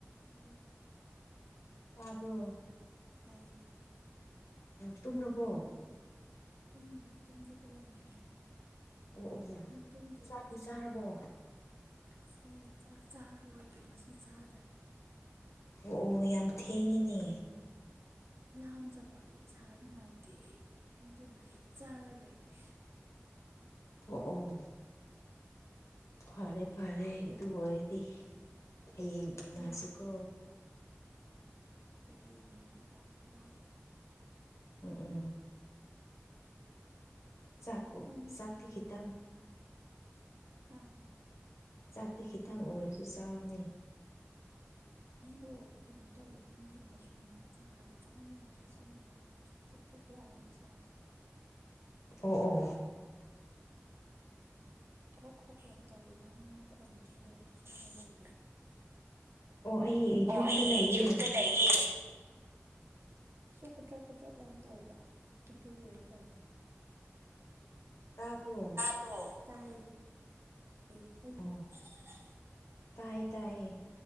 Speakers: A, on the right; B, on the left.
A: <unintelligible>
B: ꯇꯥꯕ꯭ꯔꯣ
A: ꯇꯥꯏ
B: ꯇꯨꯝꯔꯕꯣ
A: ꯇꯨꯝꯗ꯭ꯔꯤ ꯇꯨꯝꯒꯦ ꯇꯧꯔꯝꯕꯅꯤ
B: ꯑꯣ ꯑꯣ ꯑꯣ
A: ꯅꯪ ꯇꯨꯝꯗ꯭ꯔꯤꯕꯣ
B: ꯆꯥꯛꯇꯤ
A: ꯍꯧꯖꯤꯛꯐꯥꯎ
B: ꯆꯥꯔꯕꯣ
A: ꯑꯁ ꯑꯩ ꯆꯥꯛ ꯆꯥꯔꯔꯣꯏꯒꯦ ꯉꯁꯤ ꯆꯥꯗꯔꯦ
B: ꯑꯣ ꯑꯣ ꯌꯥꯝ ꯊꯦꯡꯉꯤꯅꯦ
A: ꯂꯥꯝꯗ꯭ꯔꯕ ꯑꯩ ꯏꯁꯥ ꯅꯨꯡꯉꯥꯏꯇꯦ ꯑꯩ ꯑꯗꯨꯅ ꯑꯩ ꯆꯥꯔꯔꯣꯏꯒꯦ
B: ꯑꯣ ꯎꯝ ꯐꯔꯦ ꯐꯔꯦ ꯑꯗꯨ ꯑꯣꯏꯔꯗꯤ ꯍꯌꯦꯡ ꯎꯅꯁꯤꯀꯣ
A: ꯎꯝ ꯍꯌꯦꯡꯗꯨ ꯉꯟꯇꯥꯅ ꯂꯥꯛꯑꯣ
B: ꯎꯝ ꯎꯝ ꯆꯥꯛꯄꯨ
A: ꯅꯪ
B: ꯆꯥꯛꯇꯤ ꯈꯤꯇꯪ
A: ꯍꯥꯥ
B: ꯆꯥꯛꯇꯤ ꯈꯤꯇꯪ ꯑꯣꯏꯔꯁꯨ ꯆꯥꯎꯅꯦ
A: ꯑꯩꯗꯣ ꯀꯩꯅꯣ ꯇꯧꯋꯦ ꯅꯨꯡꯊꯤꯟꯗꯁꯨꯅꯦ ꯆꯥꯒ ꯇꯟꯒ ꯌꯥꯝ ꯆꯥꯁꯟꯂꯦ ꯑꯗꯨꯒꯤ ꯐꯨꯛ ꯐꯨꯛ ꯐꯨꯛ ꯂꯥꯎꯋꯦ ꯏꯁꯥꯁꯦ
B: ꯑꯣ ꯑꯣ <unintelligible>
A: ꯈꯣꯛ ꯈꯣꯛ ꯌꯥꯝ ꯇꯧꯋꯤꯅ ꯅꯪ ꯃꯈꯣꯟꯗ ꯀꯩꯗꯧꯔꯦ ꯀꯥꯏꯗ ꯂꯩꯒꯦ
B: ꯑꯣ ꯑꯩ
A: ꯑꯣ
B: ꯌꯨꯝꯗ
A: ꯑꯩ
B: ꯂꯩꯌꯦ
A: ꯌꯨꯝꯗ ꯂꯩꯌꯦ ꯑꯣ ꯈꯨꯇꯣꯛ ꯈꯨꯣꯗ꯭ꯔꯣꯛ ꯈꯨꯗ꯭ꯔꯣꯛ ꯌꯥꯝ ꯇꯧꯕ ꯑꯗꯨꯒꯤꯔ ꯀꯩꯅꯣ
B: ꯇꯥꯕꯔꯣ
A: ꯑꯣ ꯇꯥꯏꯌꯦ <unintelligible>
B: ꯑꯣ ꯇꯥꯏ ꯇꯥꯏꯌꯦ